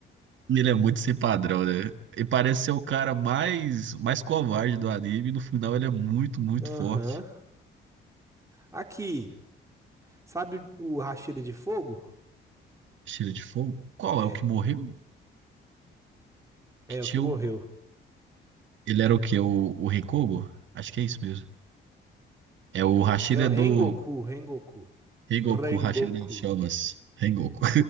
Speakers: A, on the right; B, on the right.
A: ele é muito sem padrão, né? Ele parece ser o cara mais, mais covarde do anime. E no final, ele é muito, muito
B: Aham.
A: forte.
B: Aqui, sabe o Hashira de Fogo?
A: Cheiro de fogo? Qual
B: É,
A: é o que morreu?
B: é
A: Que tinha
B: o que morreu.
A: um Ele era o quê? O, o Rengoku? Acho que é isso mesmo. É o Hashira
B: É o
A: é do
B: Rengoku, Rengoku.
A: Rengoku,
B: Rengoku.
A: o Hashira das Chamas. Rengoku. <laughs>